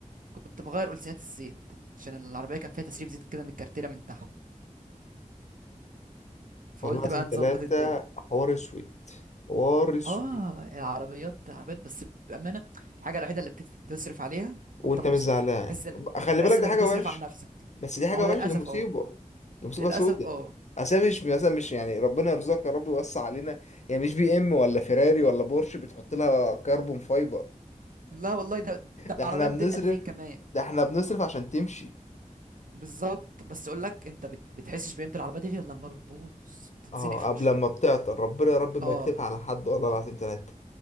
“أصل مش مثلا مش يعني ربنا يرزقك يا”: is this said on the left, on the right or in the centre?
Left